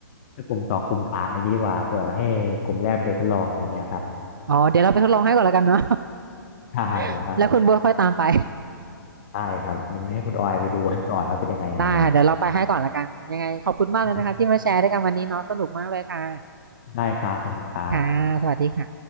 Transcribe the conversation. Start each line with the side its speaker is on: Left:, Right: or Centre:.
Left: สักกลุ่มสองกลุ่มสามอะไรเงงี้ยดีกว่าเผื่อให้กลุ่มแรกไปดูทดลองอะไรเงี้ยครับ
Right: อ๋อเดี๋ยวเราไปทดลองให้ก่อนแล้วกันเนาะ
Left: ใช่ครับ
Right: <laughs> แล้วคุณโบทค่อยตามไป
Left: ใช่ครับมินให้คุณออยไปดูให้ก่อนว่าเป็นยังไงอะไรเงี้ย
Right: <laughs> ได้ค่ะเดี๋ยวเราไปให้ก่อนและกันยังไงขอบคุณมากเลยนะคะที่มาแชร์ด้วยกันวันนี้เนาะสนุกมากเลยค่ะ
Left: นะได้ครับขอบคุณครับ
Right: ค่ะ สวัสดีค่ะ